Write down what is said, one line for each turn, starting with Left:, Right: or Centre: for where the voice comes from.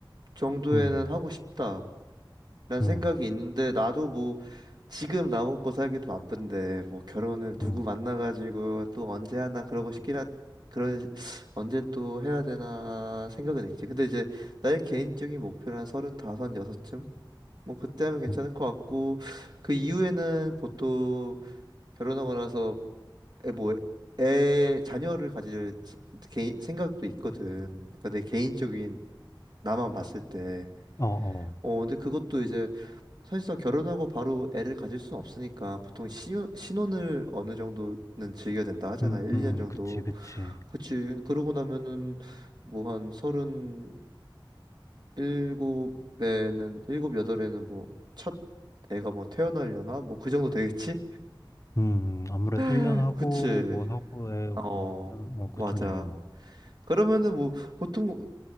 Right: 정도에는
Left: 음,
Right: 하고 싶다. 라는
Left: 음,
Right: 생각이 있는데 나도 뭐 지금 나 먹고 살기도 바쁜데 뭐 결혼을 누구
Left: 음,
Right: 만나가지고 또 언제 하나 그러고 싶긴 한 그런 <sucks teeth> 언제 또 해야 되나 생각은 있지. 근데 이제 나의 개인적인 목표는 한 서른다섯, 여섯쯤? 뭐 그때 하면 괜찮을
Left: 음,
Right: 것 같고 그 이후에는 보통 결혼하고 나서 애 뭐 애 자녀를 가질 스- 개인- 생각도 있거든. 그러니까 내 개인적인 나만 봤을 때.
Left: 어, 어,
Right: 어 근데 그것도 이제 사실상 결혼하고 바로 애를 가질 수는 없으니까 보통 신혼, 신혼을 어느 정도는 즐겨야 된다 하잖아.
Left: 음,
Right: 1년
Left: 음,
Right: 정도.
Left: 그치, 그치.
Right: 그치. 그러고 나면은 뭐 한 서른 일곱에는 일곱 여덟에는 뭐 첫 애가 뭐 태어나려나? 뭐 그 정도 되겠지?
Left: 음, 아무래도 1년
Right: <laughs>
Left: 하고
Right: 그치. 음.
Left: 뭐 하고에
Right: 어,
Left: 뭐 하면 뭐 그쯤
Right: 맞아.
Left: 되겠네.
Right: 그러면은 뭐 보통